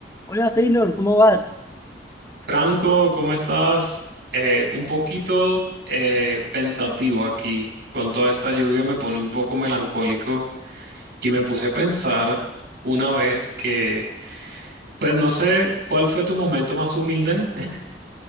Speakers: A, on the left; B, on the right.
A: Hola Taylor, ¿cómo vas?
B: Franco, ¿cómo estás? Eh, un poquito eh, pensativo aquí. Con toda esta lluvia me pone un poco melancólico y me puse a pensar una vez que, pues no sé cuál fue tu momento más humilde <laughs>